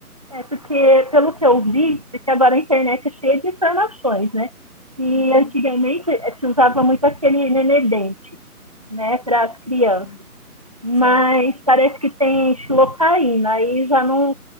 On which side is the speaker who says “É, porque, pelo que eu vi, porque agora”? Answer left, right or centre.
Right